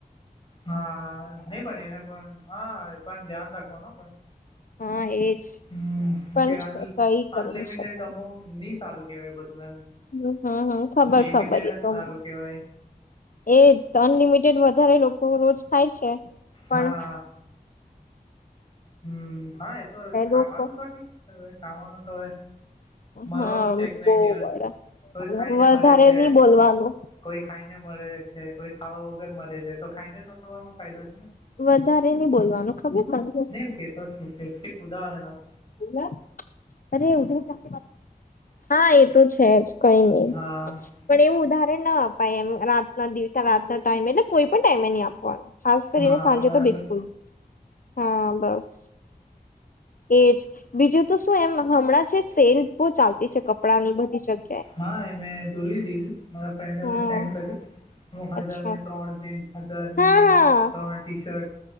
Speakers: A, on the left (about 35°); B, on the left (about 60°).
A: હા નઈ પણ એને પણ હા એ પણ ધ્યાન રાખવાનું પણ.
B: હા એજ.
A: હમ
B: પણ
A: કે અન
B: કઈ કરી
A: અનલિમિટેડ
B: ન શકાય
A: અમાઉન્ટ નહી સારું કેવાય બધું એમ.
B: હમ હમ હમ ખબર
A: લિમિટેડ
B: ખબર એ
A: જ
B: તો
A: સારું
B: મને
A: કહેવાય
B: એજ તો અનલિમિટેડ વધારે લોકો રોજ થાય છે. પણ
A: હા
B: હ <unintelligible>
A: હમ હા એ તો ખાવાનું
B: લોકો
A: તો ઠીક છે. હવે ખાવાનું તો હવે
B: હા
A: મરવાનું છે એકને
B: બહુ
A: એક દિવસ
B: વડા
A: કોઈ ખાઈને મેરે
B: વધારે
A: છે
B: નહી બોલવાનું
A: કોઈ ખાઈને બળે છે. કોઈ ખાવા વગેર મ મળે જાય તો ખાઈને નવાનો ફાયદો છે ને.
B: વધારે નહી બોલવાનું ખબર તને
A: નનેમ કેતો શું કેતો એક ઉદાહરણ આપુ
B: ઉરા ઉધર જાકે બાત હા એ તો છે જ કઈ
A: છું.
B: નહી
A: હા
B: પણ એવું ઉદાહરણ ના આપ એમ રાતના દિવતા રાત ના ટાઈમે એટલે કોઈ પણ ટાઈમે નહી આપવાનો ખાસ કરીને
A: હા
B: સાંજે
A: બરાબર
B: તો બિલકુલ હા બસ એજ બીજું તો શું એમ હમણાં જે સેલ બહુ ચાલતી છે કપડાં ની બધી જગ્યા
A: હા એ મેં જોવી તીલ મારા ફ્રેન્ડ
B: હા
A: મને સેન્ડ કરી હું હજાર
B: અચ્છા
A: ની ત્રણ જીન્સ હજારની
B: હા હા
A: ત્રણ ટી શર્ટ